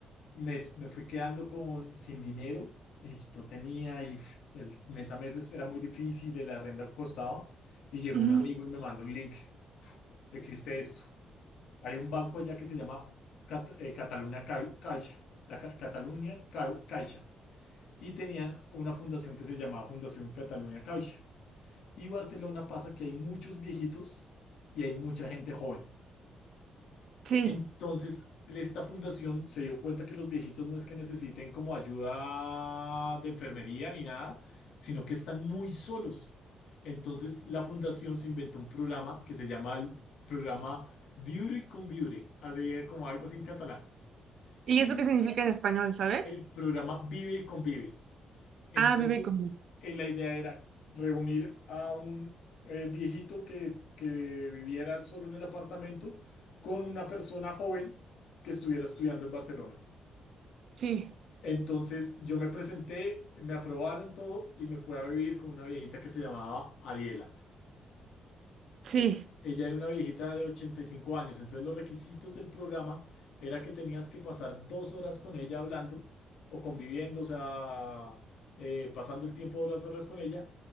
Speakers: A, on the left (about 75°); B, on the right (about 65°).
A: me, me fui quedando con sin dinero, y no tenía, y uf, el mes a mes era muy difícil, el arrendo costaba, y llegó
B: Ujú,
A: un amigo y me mandó un link. Existe esto. Hay un banco allá que se llama Cat- eh, Cataluña Ca- Caixa, la Ca- Cataluña Ca- Caixa, y tenían una fundación que se llamaba Fundación Cataluña Caixa. Y Barcelona pasa que hay muchos viejitos y hay mucha gente joven.
B: Sí.
A: Entonces, esta fundación se dio cuenta que los viejitos no es que necesiten como ayuda de enfermería ni nada, sino que están muy solos. Entonces, la fundación se inventó un programa que se llama el programa Beauty con Beauty, así como algo así en catalán.
B: ¿Y
A: Y
B: eso qué significa en español, sabes?
A: el programa Vive y Convive. Entonces,
B: Ah, vive conmigo.
A: eh, la idea era reunir a un eh, viejito que, que viviera solo en el apartamento con una persona joven que estuviera estudiando en Barcelona.
B: Sí,
A: Entonces, yo me presenté, me aprobaron todo y me fui a vivir con una viejita que se llamaba Adiela.
B: sí.
A: Ella era una viejita de 85 años, entonces los requisitos del programa era que tenías que pasar dos horas con ella hablando o conviviendo, o sea, eh, pasando el tiempo de dos horas con ella